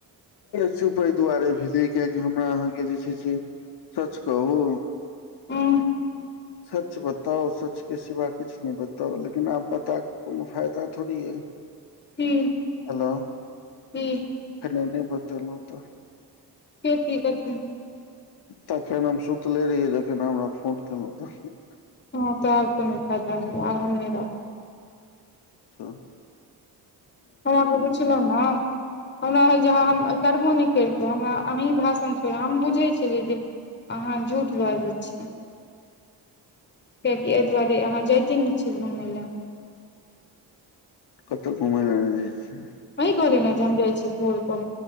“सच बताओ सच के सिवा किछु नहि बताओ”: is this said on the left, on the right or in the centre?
Left